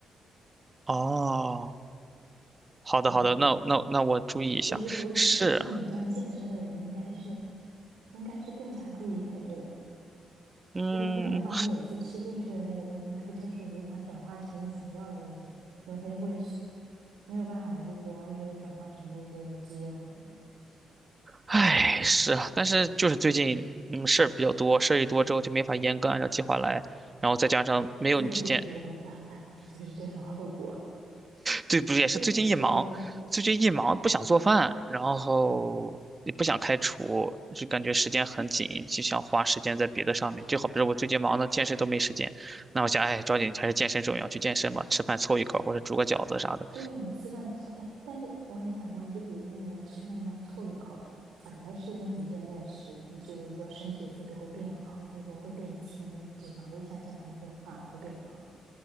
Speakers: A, on the right; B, on the right.
A: 哦，好的好的，
B: 对吧？
A: 那那那我注意一下。
B: 我觉得尤其是像你这样健身的人，
A: 是，
B: 应该是应该是更加注意才对。
A: 嗯，
B: 因为不然的话，你每次吃进去的那个东西，它不就是无法转化成你想要的那些，因为它就会是没有办法，就是说完全转化成那些肌肉了嘛，
A: 唉，是啊，但是就是最近嗯事儿比较多，事儿一多之后就没法严格按照计划来，然后再加上没有你之前
B: 就会变多了就 <laughs> 就是这种后果。
A: 对，不是也是最近一忙，
B: 跟你说了，
A: 最近一忙不想做饭，然后也不想开厨，就感觉时间很紧，就想花时间在别的上面。就好比如我最近忙的健身都没时间，那我想，哎，抓紧还是健身重要，去健身吧，吃饭凑一口或者煮个饺子啥的。
B: 对啊，你吃饭凑，哎，但是我很想问，就比如说你们吃饭这样凑一口，反而是那几天的食，就是说身体素质会变好，就是说会变轻，脂肪率下降，还是说反而会变胖？